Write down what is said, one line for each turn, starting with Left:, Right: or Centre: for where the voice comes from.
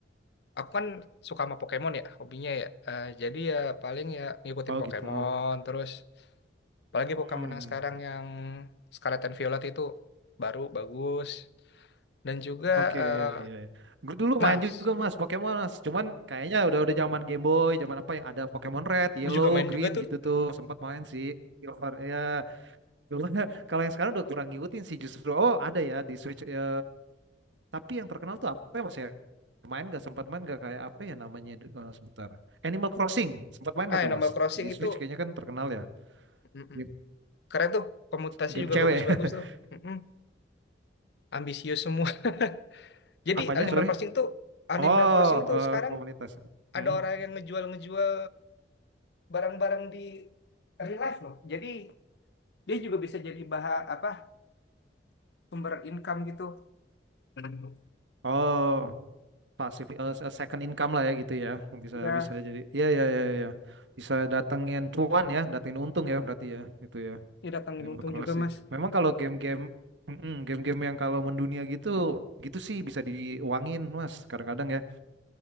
Left: aku kan suka sama Pokemon ya, hobinya ya. Eh, jadi ya paling ya ngikutin
Right: Oh
Left: Pokemon
Right: gitu.
Left: terus. Apalagi Pokemon
Right: Hmm,
Left: yang sekarang yang Scarlet and Violet itu baru bagus. Dan juga,
Right: oke.
Left: eh,
Right: Iya, iya. Gue dulu
Left: nah,
Right: main juga mas Pokemon mas. Cuman kayaknya udah udah zaman Game Boy, zaman apa yang ada Pokemon Red, Yellow,
Left: gue juga main
Right: Green
Left: juga tuh.
Right: gitu tuh. Sempat main sih. Silver ya. Cuman <laughs> kalau yang sekarang udah kurang ngikutin sih justru. Oh ada ya di Switch. ya. Tapi yang terkenal tuh apa ya mas ya? Main gak sempat main gak kayak apa ya namanya eh, sebentar. Animal Crossing sempat main
Left: Ah,
Right: gak tuh
Left: Animal
Right: mas?
Left: Crossing
Right: Di
Left: itu
Right: Switch kayaknya kan terkenal ya.
Left: mm-mm.
Right: Game
Left: keren tuh. Komutasi
Right: game
Left: juga
Right: cewek.
Left: bagus-bagus
Right: <laughs>
Left: tuh. Mm-mm. Ambisius semua. <laughs> Jadi
Right: Apanya
Left: Animal
Right: sorry?
Left: Crossing tuh, Animal
Right: Oh,
Left: Crossing tuh
Right: eh,
Left: sekarang
Right: komunitas. Hmm.
Left: ada orang yang ngejual-ngejual barang-barang di real life loh. Jadi dia juga bisa jadi bahan apa sumber income gitu Hmm.
Right: Oh, pasif eh, se- second income lah ya gitu ya. Bisa
Left: ya
Right: bisa jadi. Iya iya iya iya. Bisa datengin cuan ya, datengin untung ya berarti ya. Itu ya.
Left: dia datangin
Right: Animal
Left: untung
Right: Crossing.
Left: juga mas
Right: Memang kalau game-game mm-mm, game-game yang kalau mendunia gitu, gitu sih bisa diuangin, Mas. Kadang-kadang ya